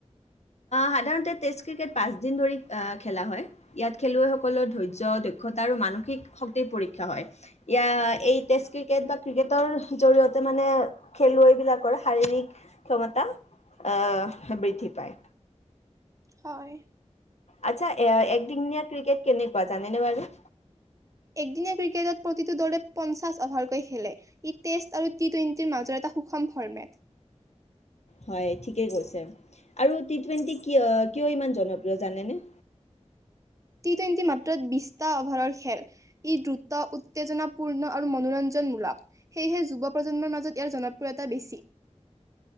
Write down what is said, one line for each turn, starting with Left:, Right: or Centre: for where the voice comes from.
Left: সাধাৰণতে টেষ্ট ক্ৰিকেট পাঁচদিন ধৰি খেলা হয় ইয়াত খেলুৱৈসকল। সকলৰ ধৈৰ্য্য দক্ষতা আৰু মানসিক শক্তিৰ পৰীক্ষা হয়। এয়া এই টেষ্ট ক্ৰিকেট বা ক্ৰিকেটৰ জৰিয়তে মানে খেলুৱৈবিলাকৰ শাৰীৰিক ক্ষমতা আহ বৃদ্ধি পায়
Right: হয়
Left: আচ্ছা একদিনীয়া ক্ৰিকেট কেনেকুৱা জানে নে বাৰু
Right: একদিনীয়া ক্ৰিকেটত প্ৰতিটো দৰে পঞ্চাশ অভাৰকৈ খেলে ই টেষ্ট আৰু টি টুৱেণ্টিৰ মাজৰ এটা সুষম ফৰ্মেট
Left: হয় ঠিকেই কৈছে আৰু টি টুৱেণ্টি কিয় ইমান জনপ্ৰিয় জানেনে?
Right: টি টুৱেণ্টি মাত্ৰ বিশটা অভাৰৰ খেল ই দ্ৰুত উত্তেজনাপূৰ্ণ আৰু মনোৰঞ্জনমূলক সেয়েহে যুৱ প্ৰজন্মৰ মাজত ইয়াৰ জনপ্ৰিয়তা বেছি